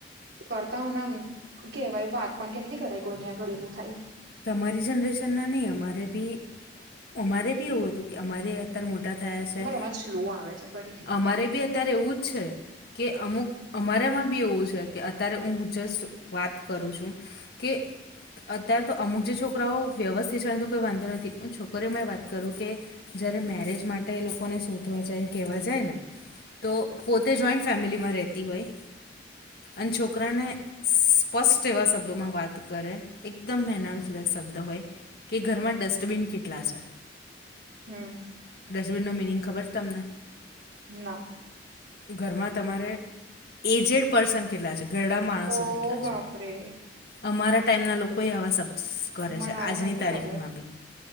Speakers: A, on the right; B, on the left.
A: કરતા હોયને એમ કેહેવાય વાત પણ કેમની કરાય કોઈની આગળ એવું થાય.
B: તમારી જનરેશનના નહીં અમારે બી, અમારે બી એવું હતું કે અમારે, તારે મોટા થયા છે
A: એમાં રવાજ સ્લો આવે છે ફરીથી
B: અમારે બી અત્યારે એવું જ છે. કે અમુક અમારામાં બી એવું છે કે અત્યારે હું જસ્ટ વાત કરું છું. કે અત્યાર, તો અમુક જે છોકરાઓ વ્યવસ્થિત છે તો કોઈ વાંધો નથી અને છોકરીઓમાં એ વાત કરું કે, જયારે મેરેજ માટે એ લોકોને શોધવા જાય કેવા જાય ને, તો પોતે જોઈન્ટ ફેમિલીમાં રહેતી હોય, અન છોકરાને સ્પષ્ટ એવા શબ્દોમાં વાત કરે એક, દમ મેનરશ લેસ શબ્દ હોય કે ઘરમાં ડસ્ટબિન કેટલા છે.
A: હમ્મ,
B: ડસ્ટબિનનો મિનિંગ ખબર છ તમને,
A: ના,
B: ઘરમાં તમારે એજેડ પર્સન કેટલા છે. ઘરડા માણસો
A: ઓ
B: કેટલા
A: બાપરે
B: છે અમારા ટાઈમના લોકોએ આવા શબ શ કરે
A: મને
B: છે
A: આવું
B: આજની
A: નથી
B: તારીખમાં
A: ખબર
B: બી,